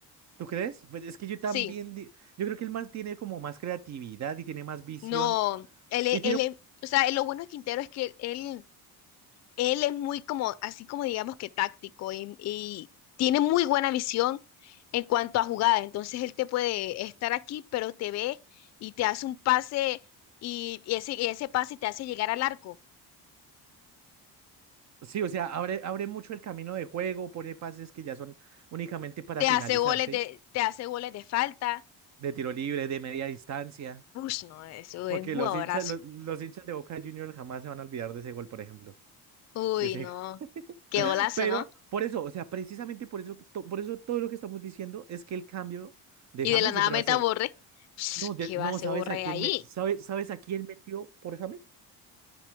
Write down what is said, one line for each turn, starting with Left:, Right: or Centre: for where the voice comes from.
Right: ¿Tú crees? Pues es que yo también,
Left: Sí,
Right: di- yo creo que él más tiene como más creatividad y tiene más visión
Left: no, él,
Right: y tiene
Left: él, él- o sea, lo bueno de Quintero es que él Él es muy como, así como digamos que táctico y, y tiene muy buena visión en cuanto a jugada. Entonces él te puede estar aquí, pero te ve y te hace un pase y, y ese, y ese pase te hace llegar al arco.
Right: Sí, o sea, abre, abre mucho el camino de juego, pone pases que ya son únicamente para
Left: Te
Right: finalizar,
Left: hace goles
Right: ¿sí?
Left: de, te hace goles de falta.
Right: De tiro libre, de media distancia.
Left: Uy, no, eso
Right: Porque
Left: es un jugadorazo.
Right: los hinchas, los, los hinchas de Boca Juniors jamás se van a olvidar de ese gol, por ejemplo.
Left: Uy,
Right: De ese...
Left: no,
Right: <laughs>
Left: qué golazo,
Right: Pero
Left: ¿no?
Right: por eso, o sea, precisamente por eso, que to- por eso todo lo que estamos diciendo es que el cambio de
Left: Y
Right: James
Left: de la nada
Right: siempre
Left: mete
Right: va a ser,
Left: a Borre. Ush,
Right: no, de-
Left: ¿Qué
Right: no,
Left: va a hacer
Right: ¿sabes
Left: Borre
Right: a quién
Left: ahí?
Right: me, sabes, sabes a quién metió por James?